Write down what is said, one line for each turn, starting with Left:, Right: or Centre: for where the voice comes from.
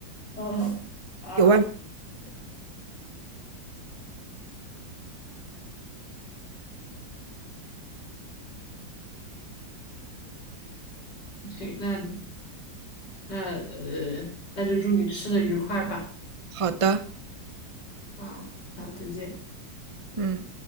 Left: 嗯 <laughs>
Right: 有外，
Left: 啊，行，那那呃，那就祝你吃的愉快吧！
Right: 好的，
Left: 啊好，再见。
Right: 嗯。